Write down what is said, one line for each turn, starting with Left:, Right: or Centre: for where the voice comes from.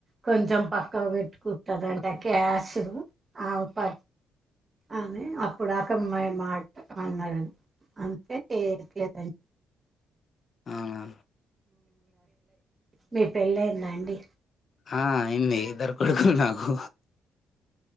Right: కొంచెం పక్కకు పెట్టుకుంటదంట క్యాషు ఆమ ప అమె అప్పుడు ఆకమ్మా మయ్ మాట అన్నది అందుకే <unintelligible>
Left: అవునా
Right: మీ పెళ్ళయిందా అండి
Left: ఆ అయింది ఇద్దరు కొడుకులు నాకు